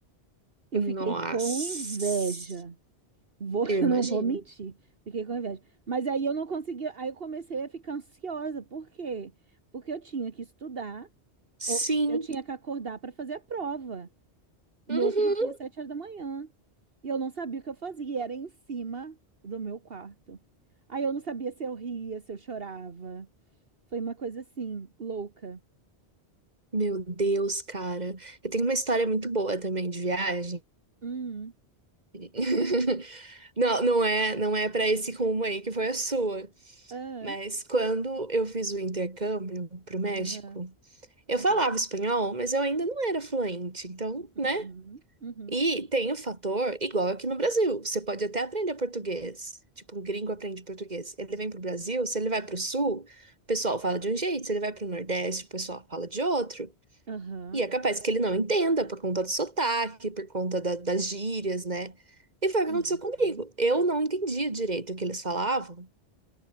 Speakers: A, on the right (about 60°); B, on the right (about 40°).
A: Eu
B: Nossa,
A: fiquei com inveja. Vou,
B: eu
A: <laughs>
B: imagino.
A: eu não vou mentir, fiquei com inveja. Mas aí eu não conseguia, aí eu comecei a ficar ansiosa. Por quê? Porque eu tinha que estudar,
B: Sim.
A: ou eu tinha que acordar para fazer a prova no
B: Uhum.
A: outro dia, sete horas da manhã. E eu não sabia o que eu fazia, e era em cima do meu quarto. Aí eu não sabia se eu ria, se eu chorava. Foi uma coisa assim, louca.
B: Meu Deus, cara. Eu tenho uma história muito boa também de viagem.
A: Hum,
B: <laughs> Não, não é, não é para esse rumo aí que foi a sua.
A: ah,
B: Mas quando eu fiz o intercâmbio pro México,
A: aham,
B: eu
A: aham,
B: falava espanhol, mas eu ainda não era fluente. Então, né?
A: uhum, uhum,
B: E tem o fator igual aqui no Brasil. Você pode até aprender português. Tipo, um gringo aprende português. Ele vem pro Brasil, se ele vai pro sul, o pessoal fala de um jeito. Se ele vai pro Nordeste, o pessoal fala de outro.
A: aham,
B: E é capaz que ele não entenda por conta do sotaque, por conta da- das gírias, né? E foi o que
A: uhum,
B: aconteceu comigo. Eu não entendia direito o que eles falavam,